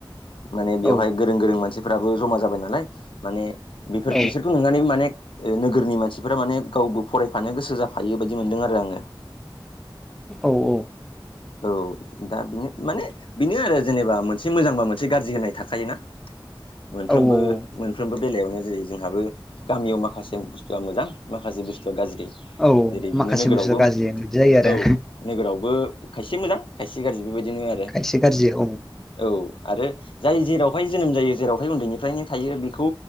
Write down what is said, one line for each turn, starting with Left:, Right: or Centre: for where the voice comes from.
Left: माने बेयावहाय
Centre: औ
Left: गो गोरों गोरों मानसिफोराबो जमा जाबाय नालाय माने बेफोर
Centre: औ
Left: बिसोर नुनानैबो माने ओ नोगोरनि मानसिफोरा माने गावबो फरायफानो गोसो जाफायो बायदि मोन्दों आरो आङो।
Centre: औ औ
Left: औ दा बिनो माने बेनो आरो जेनेबा मोनसे मोजांबा मोनसे गाज्रि होनाय थाखायोना मोनफ्रोमबो
Centre: औ औ
Left: मोनफ्रोमबो बेलायावनो जेरै जोंहाबो गामियाव माखासे बुस्थुआ मोजां माखासे बुस्थुआ गाज्रि
Centre: औ
Left: जेरै बिदिनो
Centre: माखासे
Left: नोगोरावबो
Centre: बुस्थु गाज्रि बिदि जायो आरो
Left: औ नोगोरावबो खायसे मोजां खायसे गाज्रि बेबायदिनो आरो
Centre: खायसे गाज्रि औ
Left: औ आरो जाय जेरावहाय जोनोम जायो जेरावहाय उन्दैनिफ्रायनो थायो बेखौ